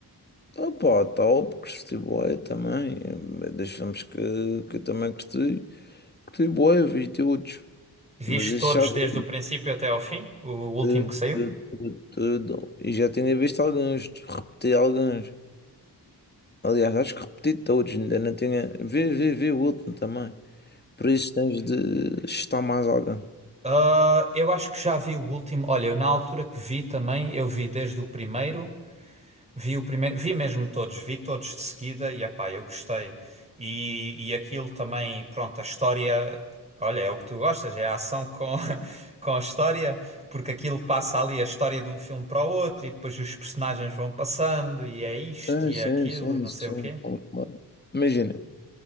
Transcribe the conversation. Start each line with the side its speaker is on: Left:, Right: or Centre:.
Left: Opa, top, gostei bué também, eh, dos filmes que, que eu também gostei, gostei bué, vi todos,
Right: Viste
Left: mas esse
Right: todos
Left: já vi
Right: desde o princípio até ao fim? O último
Left: de-
Right: que saiu?
Left: de- de- tudo, e já tinha visto alguns, repeti alguns, aliás, acho que repeti todos, ainda não tinha, vi, vi, vi o último também, por isso tens de estar mais alguém.
Right: Ah, eu acho que já vi o último. Olha, eu na altura que vi também, eu vi desde o primeiro, vi o primeiro, vi mesmo todos, vi todos de seguida e epá, eu gostei. E, e aquilo também, pronto, a história, olha, é o que tu gostas, é a ação com, <laughs> com a história, porque aquilo passa ali a história de um filme para o outro e depois os personagens vão passando e é isto
Left: Sim,
Right: e
Left: sim,
Right: é aquilo
Left: sim,
Right: e não
Left: sim.
Right: sei o quê.
Left: Claro, claro. Imagina,